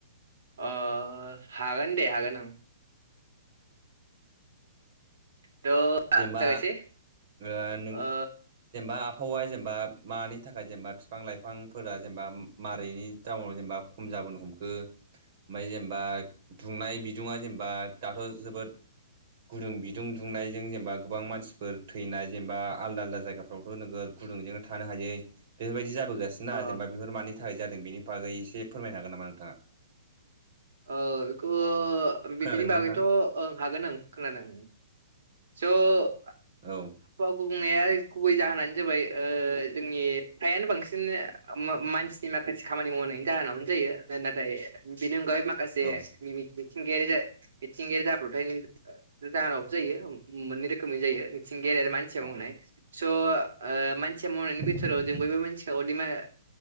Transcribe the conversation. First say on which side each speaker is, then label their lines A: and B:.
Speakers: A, on the right (about 65°); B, on the right (about 35°).
A: अ हागोन दे हागोन ओं। ओं थ'
B: जेनेबा
A: जागायसै
B: ओ नों
A: ओ
B: जेनेबा आबहावाया जेनेबा मानि थाखाय जेनेबा बिफां लाइफांफोरा जेनेबा मारैनि टाउनाव जेनेबा खम जाबोनो हमखो ओमफ्राय जेनेबा दुंनाय बिदुङा जेनेबा दाथ' जोबोद गुदुं बिदुं दुंनाय जों जेनेबा गोबां मानसिफोर थैनाय जेनेबा आलदा आलदा जायगाफ्रावथ' नोगद गुदुंजोंनो थानो हायै बेफोरबायदि जाबोगासिनोा
A: अ
B: जेनेबा बेफोर मानि थाखाय जादों बेनि बागै एसे फोरमायनो हागोन नामा नोंथाङा?
A: औ बेखौ
B: खोनादोंना
A: बिनि बागैथ'
B: नोंथां
A: ओं हागोन आं खोनादों। ज'
B: औ
A: गुबनाया गुबै जाहोनानो जाबाय जोंनि फ्रायानो बांसिन मानसिनि माखासे खामानि मावनायनि जाहोनावनो जायो नाथाय बेनि अनगायै माखासे
B: औ
A: मिथिंगायारि मिथिंगायारि जाब्र'थाय जाहानावो जायो मोननै रोखोमै जायो। गेलेर मानसि मावनाय
B: औ
A: स' मानसिया मावनायनि बिथोराव
B: उम
A: जों बयबो मानसिखौ अमा